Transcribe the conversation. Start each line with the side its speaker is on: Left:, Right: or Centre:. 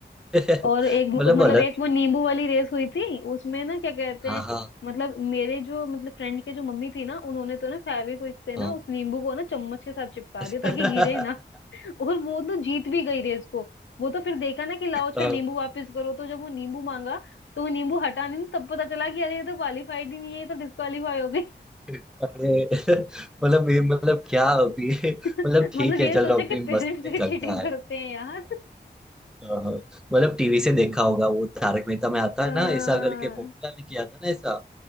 Centre: <laughs>
Left: और एक
Centre: मतलब
Left: मतलब
Centre: अलग
Left: एक
Centre: ही-
Left: वो नींबू वाली रेस हुई थी उसमें ना क्या कहते
Centre: हाँ
Left: हैं
Centre: हाँ
Left: मतलब मेरे जो मतलब फ्रेंड के जो मम्मी थी ना उन्होंने तो ना फेविक्विक से ना
Centre: हाँ
Left: उस नींबू को ना चम्मच के साथ चिपका
Centre: <laughs>
Left: दिया ताकि गिरे ना <laughs> और वो तो जीत भी गई रेस को वो तो फिर देखा ना कि लाओ अच्छा
Centre: हाँ।
Left: नींबू वापस करो तो जब वो नींबू मांगा तो वो नींबू हटा नहीं तब पता चला कि अरे ये तो क्वालिफाइड ही नहीं है ये तो डिस्क्वालीफाई हो गई
Centre: अरे मतलब ये मतलब क्या अभी <laughs> मतलब
Left: <laughs>
Centre: ठीक
Left: मतलब
Centre: है
Left: ये
Centre: चलो
Left: सोचा
Centre: अभी
Left: कि पेरेंट्स
Centre: मस्ती में
Left: भी
Centre: चलता
Left: चीटिंग करते
Centre: है
Left: हैं यार
Centre: हाँ, मतलब टीवी से देखा होगा वो तारक मेहता में आता
Left: <laughs> हाँ
Centre: है ना ऐसा करके पोपटलाल ने किया था ना ऐसा